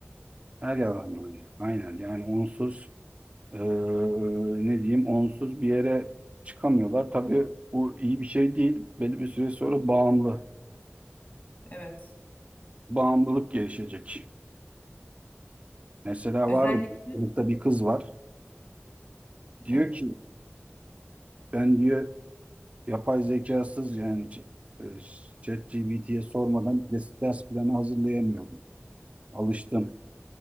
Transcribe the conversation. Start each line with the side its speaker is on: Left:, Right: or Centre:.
Right: her yalanlarında. Aynen yani onsuz eee, ne diyeyim onsuz bir yere çıkamıyorlar. Tabii bu iyi bir şey değil. Belli bir süre sonra bağımlı.
Left: Evet.
Right: Bağımlılık gelişecek. Mesela
Left: Özellikle
Right: vardı bir sınıfta bir kız var. Diyor
Left: evet.
Right: ki ben diyor yapay zekasız yani c- e, ChatGPT'ye sormadan ders ders planı hazırlayamıyorum. Alıştım.